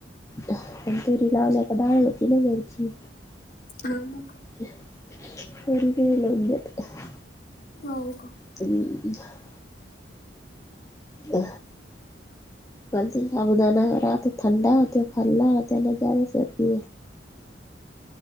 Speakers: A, on the left; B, on the left.
A: पण तूरी लावल्या का डाळ होती ना घरची?
B: हा मग.
A: <unintelligible>
B: हाव का?
A: <unintelligible> अ. गलती अबुदा ना थंडा ते खाल्ला तेन झाला सर्दी.